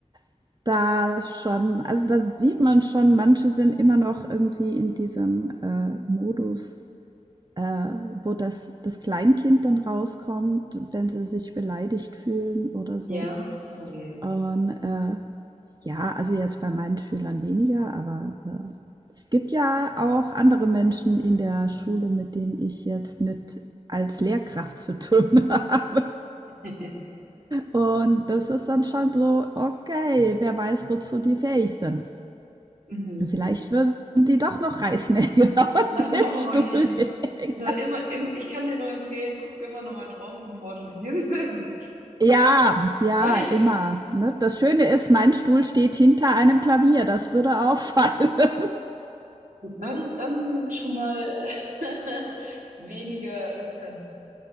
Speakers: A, on the right (about 30°); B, on the right (about 80°).
A: <laughs> da schon, also da sieht man schon, manche sind immer noch irgendwie in diesem äh, Modus äh, wo das, das Kleinkind dann rauskommt, wenn sie sich beleidigt fühlen oder so.
B: Ja, oh je.
A: Und äh, ja, also jetzt bei meinen Schülern weniger, aber äh, es gibt ja auch andere Menschen in der Schule, mit denen ich jetzt nicht als Lehrkraft zu tun <laughs> habe.
B: <laughs>
A: Und das ist dann schon so, okay, wer weiß, wozu die fähig sind.
B: Mhm.
A: Vielleicht würden die doch noch Reißnägel <laughs> auf
B: Na,
A: den
B: Oh
A: Stuhl
B: je.
A: legen.
B: Also immer, im, ich kann dir nur empfehlen, guck immer noch mal drauf, bevor du dich hinsetzt.
A: Ja, ja,
B: <laughs>
A: immer. Ne? Das Schöne ist, mein Stuhl steht hinter einem Klavier. Das würde auffallen. <laughs>
B: Gut, dann, dann schon mal äh, <laughs> weniger riskant.